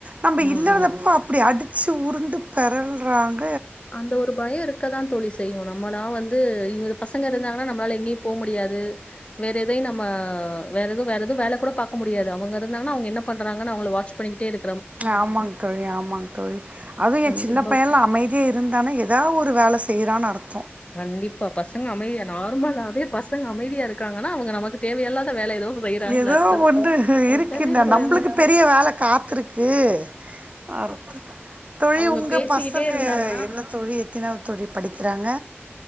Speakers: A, on the right; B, on the left.
A: நம்ம
B: ம்
A: இல்லாதப்போ
B: ம்
A: அப்டி அடிச் சு உருண்டு பெரல்றாங்
B: அந்த ஒரு பயோ இருக்கதா தோழி செய்யூ நம்மளா வந்து இ பசங்க இருந்தாங்கனா நம்ளால எங்கயூ போக முடியாது வேற எதையூ நம்ம வேற எதுவூ வேற எதுவூ வேல கூட பாக்க முடியாது அவங்க இருந்தாங்க அவங்க என்ன பண்றாங்க அவங்கள வாட்ச் பண்ணிட்டே இரு
A: ஆமாங் தோழி ஆமாங் தோழி அதுவூ ஏ
B: கண்டிப்பா
A: சின்ன பையன்லா அமைதியா இருந் துட்டான ஏதா ஒரு வேல செய்யறான்னு அர்த்
B: கண்டிப்பா பசங்க அமைதி நார்மலாவே பசங்க அமைதியாருக் காங்கன்னா அவுங்க நமக்கு தேவல்லாத வேல ஏதோ செய்றாங்கன்னு
A: ஏதோ
B: அர்த்தம்.
A: ஒண்ணு இருக்குன்ன
B: உடனே போயிரும்.
A: நம்மளுக்கு பெரிய வேல காத்துருக்கு அ தோழி
B: அவங்க
A: உங்க
B: பேசிக்கிட்டே
A: பசங்க
B: இருந்தாங்கன்னா,
A: என்ன தோழி எத்தினவு தொழி படிக்கிறாங்க